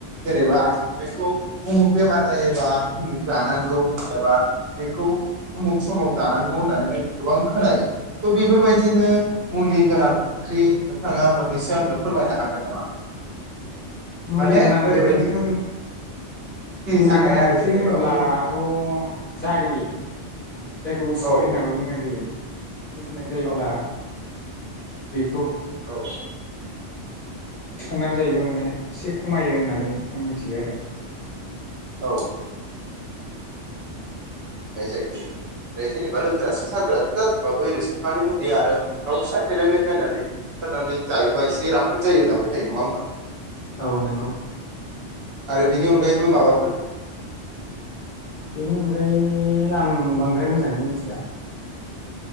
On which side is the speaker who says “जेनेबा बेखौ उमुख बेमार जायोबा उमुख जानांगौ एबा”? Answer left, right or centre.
Right